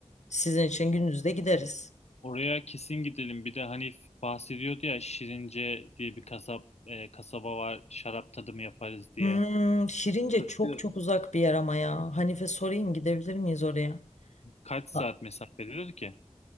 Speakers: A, on the left (about 85°); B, on the left (about 65°).
A: sizin için gündüz
B: Aa.
A: de gideriz.
B: Oraya kesin gidelim. Bir de Hanif bahsediyordu ya Şirince diye bir kasap e, kasaba var. Şarap tadımı yaparız diye.
A: Hmm, Şirince
B: Orası
A: çok çok uzak bir yer ama ya. Hanife sorayım gidebilir miyiz oraya?
B: kaç saat
A: A-
B: mesafededir ki?